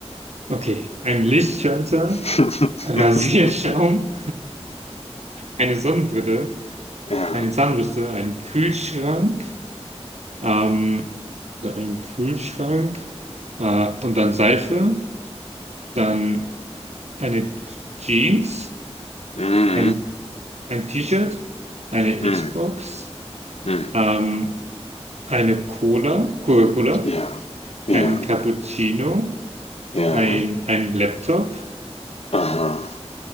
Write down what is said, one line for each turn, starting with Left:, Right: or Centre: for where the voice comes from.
Right: Okay, ein Lichtschalter,
Left: <laughs>
Right: Rasierschaum. eine Sonnenbrille,
Left: Ja.
Right: eine Zahnbürste, einen Kühlschrank, ähm, oder einen Kühlschrank äh, und dann Seife, dann eine Jeans,
Left: Mhm.
Right: ein, ein T-Shirt, eine
Left: Mhm.
Right: Xbox,
Left: Mhm.
Right: ähm, eine Cola, Coca-Cola,
Left: Ja. Ja.
Right: ein Cappuccino,
Left: Ja.
Right: ein, ein Laptop
Left: Aha.